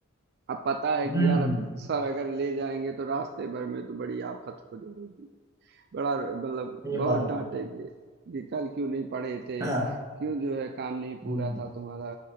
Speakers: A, on the right (about 50°); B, on the right (about 15°).
A: अब पता है
B: हम्म
A: कि यार अब
B: हम्म,
A: सर अगर ले जाएंगे तो रास्ते भर में तो बड़ी आफत हो जाएगी बड़ा मतलब
B: ये
A: बहुत
B: बात है
A: डांटेंगे कि कल क्यों नहीं पढ़े थे
B: हाँ
A: क्यों जो है काम नहीं
B: हम्म।
A: पूरा था तुम्हारा